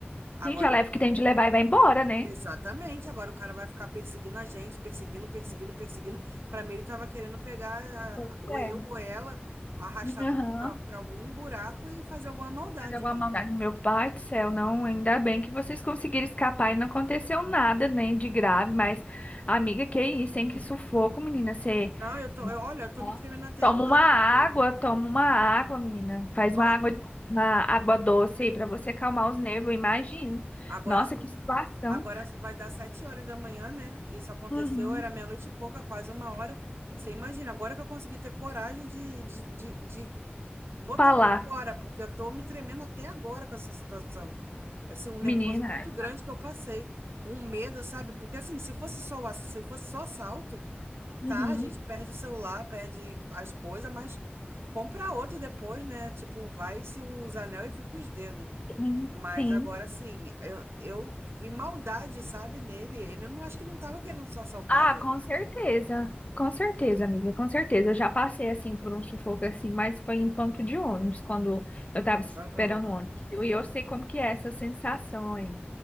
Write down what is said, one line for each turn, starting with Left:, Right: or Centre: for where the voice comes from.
Right: Agora,
Left: Sim, já leva
Right: o-
Left: o que tem de levar e vai embora, né?
Right: exatamente, agora o cara vai ficar perseguindo a gente, perseguindo, perseguindo, perseguindo. Pra mim, ele tava querendo pegar
Left: Pois
Right: a- ou
Left: é.
Right: eu ou ela, arrastar
Left: Aham.
Right: pra pra- pra algum buraco e fazer alguma maldade,
Left: Mas alguma
Right: entendeu?
Left: maldade. Meu pai do céu, não. Ainda bem que vocês conseguiram escapar e não aconteceu nada, né, de grave. Mas, amiga, que isso, hein? Que sufoco, menina. Você
Right: Não, eu tô,
Left: Não.
Right: eu- olha, eu tô me tremendo até
Left: toma
Right: agora,
Left: uma água,
Right: porque,
Left: toma uma água, menina. Faz
Right: ó,
Left: uma água, uma água doce aí pra você acalmar os nervos, eu imagino.
Right: agora
Left: Nossa,
Right: são,
Left: que situação.
Right: agora vai dar sete horas da manhã, né? Isso aconteceu,
Left: Uhum.
Right: era meia-noite e pouca, quase uma hora. Você imagina, agora que eu consegui ter coragem de, de, de, de botar
Left: Falar,
Right: pra fora, porque eu tô me tremendo até agora com essa situação. Assim, um nervoso
Left: menina.
Right: muito grande que eu passei, um medo, sabe? Porque assim, se fosse só o ass- se fosse só assalto,
Left: Uhum.
Right: tá, a gente perde o celular, perde as coisas, mas compra outro depois, né? Tipo, vai se os anel e fica os dedos.
Left: Sim.
Right: Mas
Left: sim.
Right: agora assim, eu, eu vi maldade, sabe, nele. Ele não acho que não tava querendo só assaltar
Left: Ah,
Right: a gente.
Left: com certeza. Com certeza, amiga, com certeza. Eu já passei assim por um sufoco assim, mas foi em ponto de ônibus, quando eu tava esperando
Right: Aham.
Left: o ônibus. E eu eu sei como que é essa sensação aí.